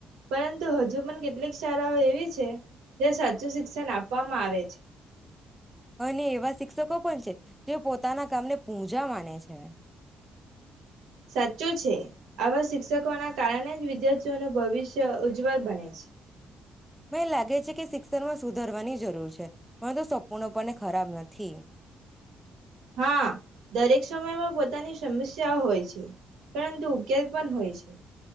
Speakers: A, on the right; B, in the centre.
A: પરંતુ હજુ પણ કેટલીક શાળાઓ એવી છે જ્યાં સાચું શિક્ષણ આપવામાં આવે છે.
B: અને એવા શિક્ષકો પણ છે, જે પોતાના કામને પૂજા માને છે.
A: સાચું છે. આવા શિક્ષકોના કારણે જ વિદ્યાર્થીઓનું ભવિષ્ય ઉજ્જવળ બને છે.
B: મેં લાગે છે કે સિક્ શિક્ષણ માં સુધરવાની જરૂર છે, પરંતુ સપૂર્ણપણે ખરાબ નથી.
A: હા દરેક સમયમાં પોતાની સમસ્યાઓ હોય છે, પરંતુ ઉકેલ પણ હોય છે.